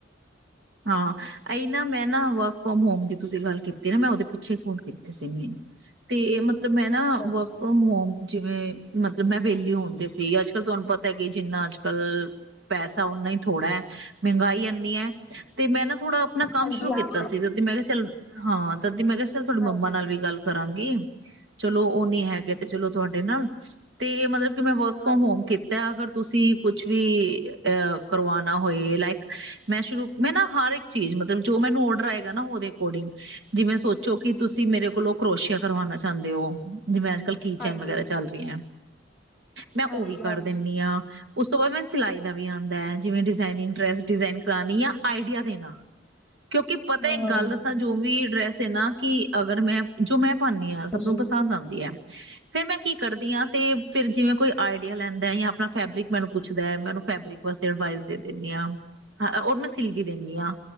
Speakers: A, on the right (about 65°); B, in the centre.
A: ਹਾਂ ਇ ਨਾ ਮੈਂ ਨਾ ਵਰਕ ਫਰੋਮ ਹੋਮ ਦੀ ਤੁਸੀਂ ਗੱਲ ਕੀਤੀ ਨਾ ਮੈਂ ਉਹਦੇ ਪਿੱਛੇ ਫੋਨ ਕੀਤੀ ਸੀ ਮੇਨ ਤੇ ਮਤਲਬ ਮੈਂ ਨਾ
B: ਅੱਛਾ
A: ਵਰਕ
B: ਅੱਛਾ
A: ਫਰੋਮ ਹੋਮ ਜਿਵੇਂ, ਮਤਲਬ ਮੈਂ ਵੇਲਊ ਹੁੰਦੇ ਸੀ ਅੱਜ ਕੱਲ੍ਹ ਤੁਹਾਨੂੰ ਪਤਾ ਕਿ ਜਿੰਨਾ ਅੱਜ ਕੱਲ੍ਹ ਪੈਸਾ ਓਨਾ ਹੀ ਥੋੜ੍ਹਾ ਹੈ ਮਹਿੰਗਾਈ ਇੰਨੀ ਹੈ। ਤੇ ਮੈਂ ਨਾ ਥੋੜਾ ਆਪਣਾ ਕੰਮ
B: ਹਾਂਜੀ
A: ਸ਼ੁਰੂ
B: ਹਾਂਜੀ
A: ਕੀਤਾ ਸੀ ਤੇ ਮੈਂ ਕਿਹਾ ਚੱਲ। ਹਾਂ ਤੇ, ਤੇ ਮੈਂ ਕਿਹਾ ਤੁਹਾਡੀ
B: ਹਾਂਜੀ
A: ਮੰਮਾ ਨਾਲ ਵੀ ਗੱਲ ਕਰਾਂਗੀ। ਚਲੋ, ਉਹ ਨੀ ਹੈਗੇ ਤੇ ਚਲੋ ਤੁਹਾਡੇ ਨਾਲ ਤੇ ਮਤਲਬ ਮੈਂ ਵਰਕ ਫਰੋਮ
B: ਹਾਂਜੀ
A: ਹੋਮ ਕੀਤਾ ਅਗਰ ਤੁਸੀਂ ਕੁਛ ਵੀ ਅ ਕਰਵਾਣਾ ਹੋਏ ਲਾਇਕ ਮੈਂ ਸ਼ੁਰੂ ਮੈਂ ਨਾ ਹਰ ਇੱਕ ਚੀਜ਼ ਮਤਲਬ ਜੋ ਮੈਨੂੰ ਡਰ ਆਏਗਾ, ਨਾ ਉਹਦੇ ਅਕੋਰਡਿੰਗ ਜਿਵੇਂ, ਸੋਚੋ ਕਿ ਤੁਸੀਂ ਮੇਰੇ ਕੋਲੋਂ ਕਰੋਸਿਆ ਕਰਵਾਣਾ ਚਾਹੁੰਦੇ ਹੋ। ਜਿਵੇਂ ਅੱਜ ਕੱਲ੍ਹ ਕੀ
B: ਹਾਂਜੀ
A: ਚੈਨ ਵਗੈਰਾ ਚੱਲ ਰਹੀ ਹੈ। ਮੈਂ
B: ਹਾਂਜੀ
A: ਉਹ ਵੀ ਕਰ
B: ਹਾਂਜੀ
A: ਦਿੰਨੀ ਹਾਂ। ਉਸ ਤੋਂ ਬਾਅਦ ਮੈਂ ਸਿਈ ਦਾ ਵੀ ਆਦਾ ਹੈ, ਜਿਵੇਂ ਜ਼ਾਇਨਿੰਗ ਡਰੈਸ ਡਿਜ਼ਾਇਨ ਕਰਉਣੀ ਆ। ਆਈਡੀਆ ਦੇਣਾ, ਕਿਉਂਕਿ ਪਤਾ
B: ਹਾਂ
A: ਇੱਕ
B: ਹਾਂ
A: ਗੱਲ ਦੱਸਾਂ ਜੋ ਵੀ, ਵੇਸੇ ਨਾ ਕਿ ਅਗਰ ਮੈਂ ਜੋ ਮੈਂ ਪਾਦੀ ਹਾਂ ਸਭ
B: ਹਾਂਜੀ
A: ਨੂੰ ਪਸੰਦ ਆਦੀ ਹੈ। ਫੇਰ ਮੈਂ ਕੀ ਕਰਦੀ ਹਾਂ ਤੇ ਫਿਰ ਜਿਵੇਂ ਕੋਈ, ਆਈਡੀਆ ਲੈਂਦਾ ਜਾਂ ਆਪਣਾ ਫੈਬਰਿਕ ਮੈਨੂੰ ਪੁੱਛਦਾ ਮੈਂਨੂੰ ਫੈਬਰਿਕ ਵਾਸਤੇ ਅਡਵਾਈਸ ਦੇ ਦਿੰਦੀ ਆ ਮੈਂ ਸੀ ਵੀ ਦਿੰਦੀ ਹਾਂ,